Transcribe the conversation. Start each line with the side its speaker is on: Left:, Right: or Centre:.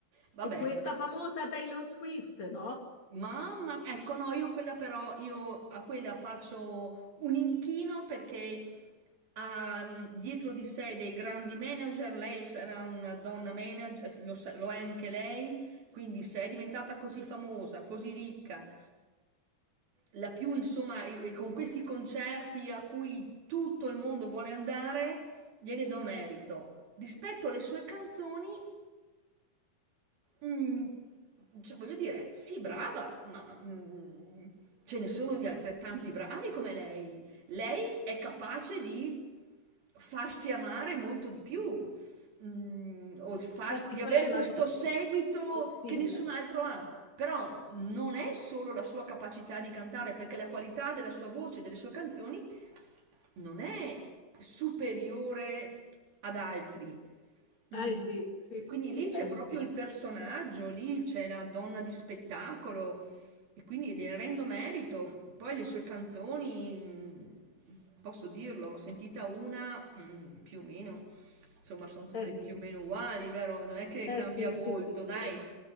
Right: Vabbè,
Left: E questa
Right: sarà
Left: famosa Taylor Swift, no?
Right: Mamma, ecco no, io quella però, io a quella faccio un inchino perché ha mm, dietro di sé dei grandi manager, lei sarà una donna manager, eh, lo, sa- lo è anche lei, quindi se è diventata così famosa, così ricca, la più insomma, e- e con questi concerti a cui tutto il mondo vuole andare, gliene do merito. Rispetto alle sue canzoni, Mm, cioè, voglio dire, sì, brava, ma mm, ce ne sono di altrettanti bravi come lei. Lei è capace di farsi amare molto di più, mm, o di, farsi-
Left: Eh sì,
Right: di
Left: quella
Right: avere
Left: è una
Right: questo
Left: donna.
Right: seguito
Left: La Phil.
Right: che nessun altro ha. Però non è solo la sua capacità di cantare, perché la qualità della sua voce, delle sue canzoni, non è superiore ad altri.
Left: Eh
Right: Mm.
Left: sì, sì, sì,
Right: Quindi
Left: sì,
Right: lì c'è
Left: dai,
Right: proprio
Left: dai.
Right: il personaggio, lì c'è la donna di spettacolo, e quindi le rendo merito. Poi le sue canzoni, mh, posso dirlo, sentita una, mh, più o meno, insomma, sono tutte
Left: Eh sì,
Right: più o meno uguali, vero? Non è che
Left: eh
Right: cambia
Left: sì,
Right: molto,
Left: sì, sì,
Right: dai.
Left: sì.